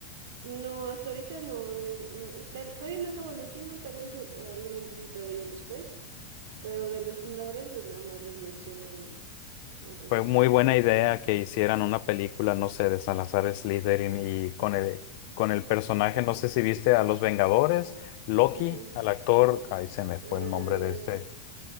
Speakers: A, on the right; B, on the left.
A: No, hasta ahorita no, no, lle- no, tal- todavía no acabo el último, tal vez eh, hablen un poquito de ellos después, pero de los fundadores pues nada más los mencionan un poquito
B: Fue muy
A: y
B: buena
A: ya.
B: idea que hicieran una película, no sé, de Salazar Slytherin y con el, con el personaje, no sé si viste a Los Vengadores, Loki,
A: Ajá,
B: al actor, ay, se me fue
A: ándale.
B: el nombre de este,